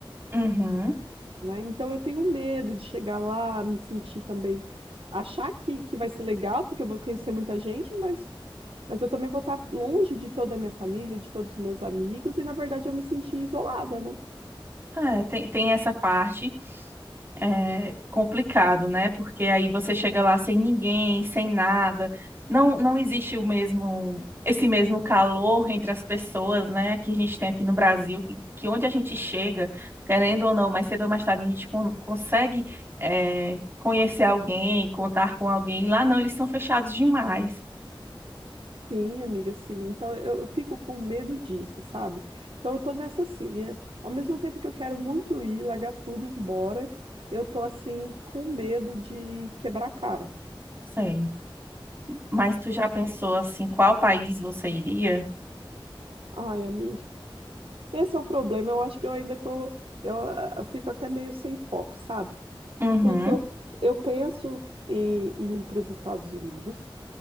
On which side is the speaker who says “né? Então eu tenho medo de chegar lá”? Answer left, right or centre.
Right